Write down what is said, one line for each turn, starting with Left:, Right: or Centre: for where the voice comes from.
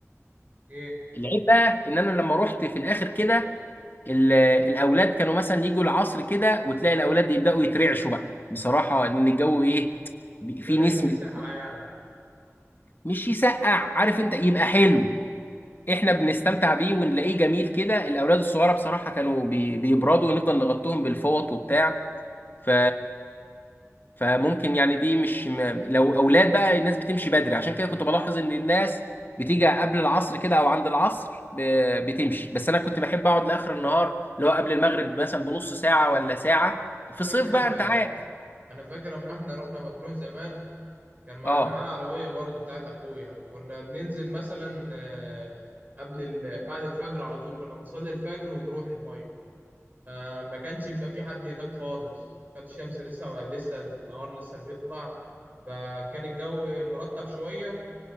Right: ايه
Left: العيب بقى ان انا لما رحت في الاخر كده ال- الاولاد كانوا مثلا يجوا العصر كده وتلاقي الاولاد يبداوا يترعشوا بقى بصراحة ان الجو ايه بي-
Right: بدأ
Left: في نسمة
Right: يبقى ساقعة يعني
Left: مش يسقع عارف انت يبقى حلو احنا بنستمتع بيه ونلاقيه جميل كده الاولاد الصغيرة بصراحة كانوا بي- بيبردوا ونفضل نغطيهم بالفوط وبتاع ف فممكن يعني دي مش ما لو اولاد بقى الناس بتمشي بدري عشان كده كنت بلاحظ ان الناس بتيجي قبل العصر كده او عند العصر ب- بتمشي بس انا كنت بحب اقعد لاخر النهار اللي هو قبل المغرب مثلا بنص ساعه ولا ساعه في الصيف
Right: فاكر
Left: بقى انت عارف
Right: انا فاكر اما احنا رحنا مطروح زمان كان مع...
Left: اه
Right: احنا معانا عربية برضو بتاعت أخويا كنا بننزل مثلا آه، قبل ال... بعد الفجر على طول كنا بنصلي الفجر ونروح المية فما كانش يبقى في حد هناك خالص كانت الشمس لسه لسه النهار لسه بيطلع فكان الجو مرطب شوية